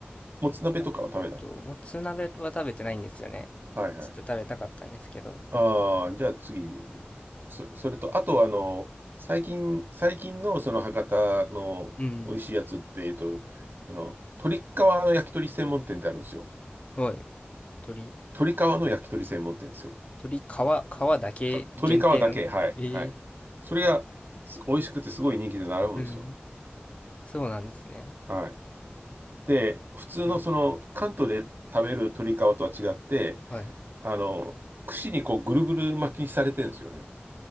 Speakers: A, on the right (about 55°); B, on the left (about 30°).
A: もつ鍋とかは食べなかっ
B: あと、もつ鍋は食べてないんですよね。
A: た。はいはい。
B: ちょっと食べたかったんですけど。
A: ああ、じゃあ次。そ、それと、あとあの、最近、最近のその博多の美味しいやつって、
B: うん。
A: えっと、あの、鶏皮の焼き鳥専門店ってあるんですよ。
B: はい。鶏
A: 鶏皮の焼き鳥専門店ですよ。
B: 鳥、皮、皮だけ限定のえー
A: か、鶏皮だけ、はい、はい。それがす美味しくてすごい人気で並ぶんですよ。
B: うん。そうなんですね。
A: はい。で、普通のその関東で食べる鶏皮とは違って、
B: はい。はい。
A: あの、串にこうぐるぐる巻きにされてるんですよね。